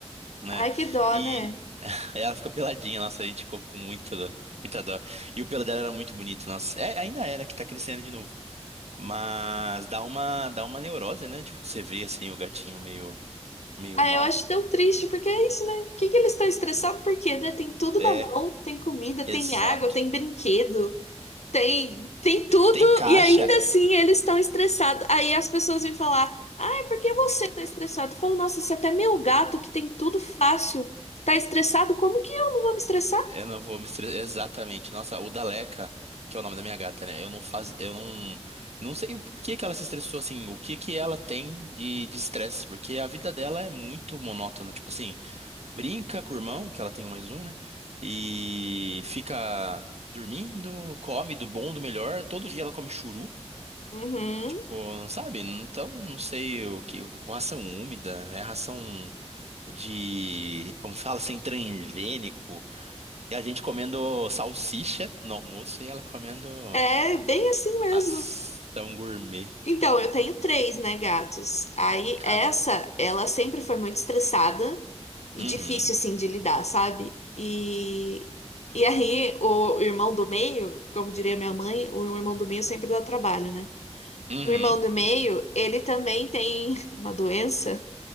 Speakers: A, on the right (about 70°); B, on the left (about 75°).
A: né?
B: Ai, que dó,
A: E
B: né?
A: <laughs> ela fica peladinha, nossa, a gente ficou com muita, dó- muita dó. E o pelo dela era muito bonito, nossa. É, ainda é, né, que tá crescendo de novo. Mas dá uma, dá uma neurose, né? Tipo, você vê assim o gatinho meio, meio
B: Ah,
A: mal.
B: eu acho tão triste, porque é isso, né? O que que eles estão estressados? Porque, né? Tem tudo
A: É,
B: na mão, tem comida, tem
A: exato.
B: água, tem brinquedo, tem, tem tudo,
A: Tem caixa.
B: e ainda assim eles estão estressados. Aí as pessoas vêm falar, ah, por que você tá estressado? Eu falo, nossa, se até meu gato, que tem tudo fácil, tá estressado, como que eu não vou me estressar?
A: Eu não vou me estressar. Exatamente. Nossa, o Daleca, que é o nome da minha gata, né? Eu não faz, eu não, não sei por que que ela se estressou assim, o que que ela tem de de estresse, porque a vida dela é muito monótona, tipo assim, brinca com o irmão, que ela tem mais um, né? E fica dormindo, come do bom, do melhor, todo dia ela come churu,
B: Uhum.
A: tipo, sabe? Então, não sei o que, com ração úmida, é ração de, como fala, sem transgênico. E a gente comendo salsicha no almoço e ela comendo
B: É bem assim mesmo.
A: ação gourmet.
B: Então, eu tenho três, né, gatos. Aí
A: Cara,
B: essa, ela sempre foi muito estressada e
A: uhum,
B: difícil assim de lidar, sabe? E e aí o irmão do meio, como diria minha mãe, o irmão do meio sempre dá trabalho, né?
A: uhum.
B: O irmão do meio, ele também tem <laughs> uma doença